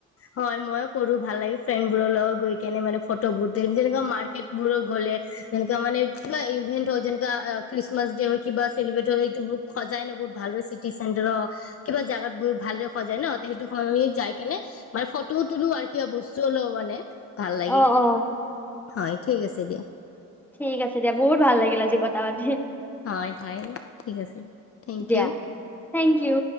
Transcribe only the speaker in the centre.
অ অ
ঠিক আছে দিয়া বহুত ভাল লাগিল আজি কথা পাতি।
দিয়া
থেংক ইউ।